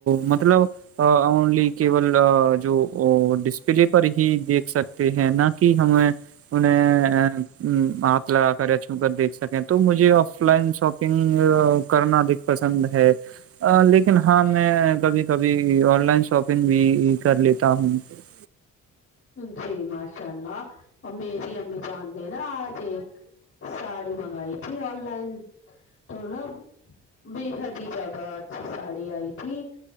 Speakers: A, on the right; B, on the left.
A: مطلب اونلی کیول جو ڈسپلے پر ہی دیکھ سکتے ہیں نہ کہ ہم م نے ا <inaudible> ہاتھ لگا کر یا چھو کر دیکھ سکیں تو مجھے آف لائن شاپنگ کرنا ادھک پسند ہے لیکن ہاں میں کبھی کبھی آن لائن شاپنگ بھی کر لیتا ہوں ج <inaudible>
B: جی ماشاء اللہ اور میری امی جانتے نا آج ایک ساڑی منگائی تھی آن لائن تو نا بے حد جدہ اچھی ساڑی آئی تھی <unintelligible>